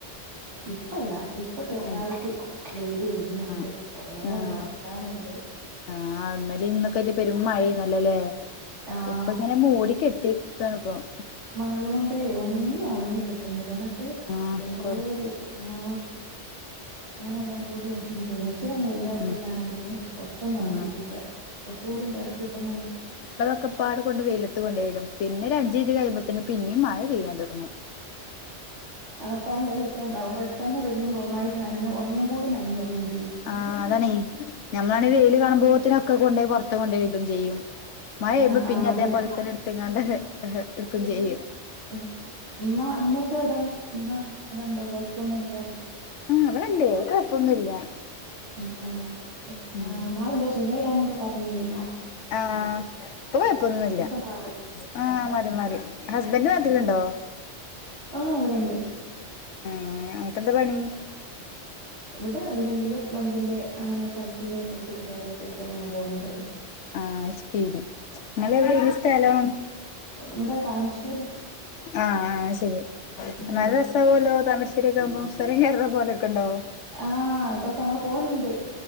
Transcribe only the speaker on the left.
ഏഹ്
ആഹ്
ആഹ്
ആഹ് ന്നലിം ന്നൊക്കെ ആയിട്ട് പേരും മഴേന്നല്ലോ ല്ലേ..
ഇപ്പ ങ്ങനെ മൂടി കെട്ടിക്കണി പ്പം
ആഹ്
കൊറ
ഉം
ആഹ്
ക്കപ്പാട് കൊണ്ട് വെയിലത്ത് കൊണ്ടയിടും പിന്നെ ഒരഞ്ച് മിനിറ്റ് കഴിയുമ്പതിന്നും ന് പിന്നിം മയെയ്യാൻ തൊഡ്ങ്ങും
ആ അതാണീ ഞമ്മമാണെങ്കിൽ വെയിയില് കാണുമ്പോത്തിനൊക്കെ കൊണ്ടോയി പുറത്ത് കൊണ്ടോയിടും ചെയ്യും മഴ പെയ്ഴുമ്പോ
പിന്നെ
അതേപോലെന്നെ എടുത്ത്ങ്ങാണ്ട് അഹ് അഹ് എടുക്കയും ചെയ്യും
ആ വിടെ ഉണ്ട് കൊയപ്പൊന്നു ല്ല
ഉം
ആഹാ ഇപ്പൊ കുഴപ്പൊന്നുല്ല
ആഹ് മാറി മാറി. ഹസ്ബന്റ് നാട്ടിലുണ്ടോ?
ഒ
ഏഹ്. അൻക്കന്ത പണി?
ആഹ് ശരി. നിങ്ങൾ എവിടെനി സ്ഥലം?
ആഹ് ആഹ് ശരി.
നല്ല രസാവല്ലോ താമര ശ്ശേരിയൊക്കാവുമ്പം ചൊരം കേറ്ണ പോലൊക്കൊണ്ടോ